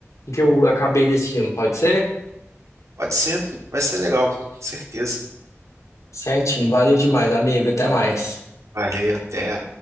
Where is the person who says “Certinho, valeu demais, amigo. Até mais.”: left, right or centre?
Left